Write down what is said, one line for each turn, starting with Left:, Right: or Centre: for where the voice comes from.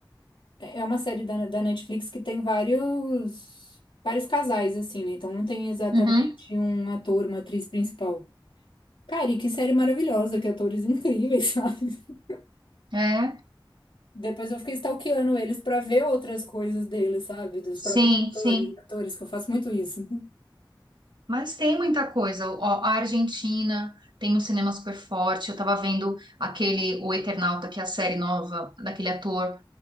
Left: é uma série da, da Netflix que tem vários vários casais assim, né? Então não tem exatamente
Right: Uhum.
Left: um ator, uma atriz principal. Cara, e que série maravilhosa, que atores incríveis, <laughs> sabe?
Right: É,
Left: Depois eu fiquei stalkeando eles pra ver outras coisas deles, sabe? Dos
Right: sim,
Left: próprios atores,
Right: sim.
Left: atores, que eu faço muito isso.
Right: Mas tem muita coisa. Ó, a Argentina tem um cinema super forte. Eu tava vendo aquele, o Eternauta, que é a série nova daquele ator.